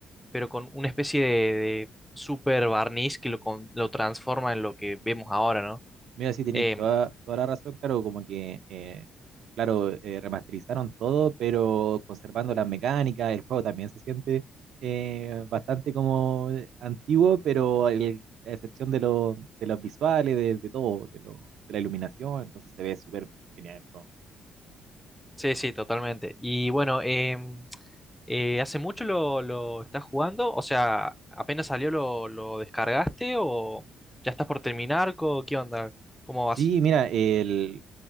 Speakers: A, in the centre; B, on the right (about 70°).
A: pero con una especie de, de super barniz que lo, con- lo transforma en lo que vemos ahora, ¿no?
B: Mira, sí, tenéis
A: Em,
B: toda, toda la razón. Claro, como que, eh, claro, eh, remasterizaron todo, pero conservando las mecánicas. El juego también se siente eh, bastante como antiguo, pero el- a excepción de, lo- de los visuales, de, de todo, de, lo- de la iluminación, entonces se ve súper genial el juego.
A: sí, sí, totalmente. Y bueno, em, eh, ¿hace mucho lo, lo estás jugando? O sea, ¿apenas salió lo, lo descargaste o ya estás por terminar? Co- ¿Qué onda? ¿Cómo
B: Sí,
A: vas?
B: mira, el